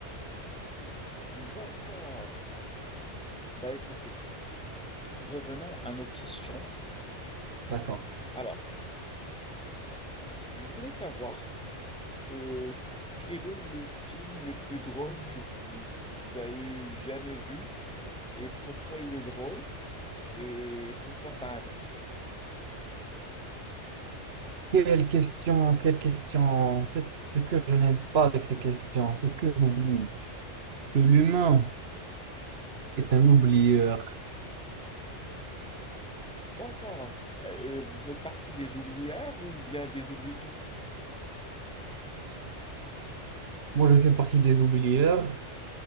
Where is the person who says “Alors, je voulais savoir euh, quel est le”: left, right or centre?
Centre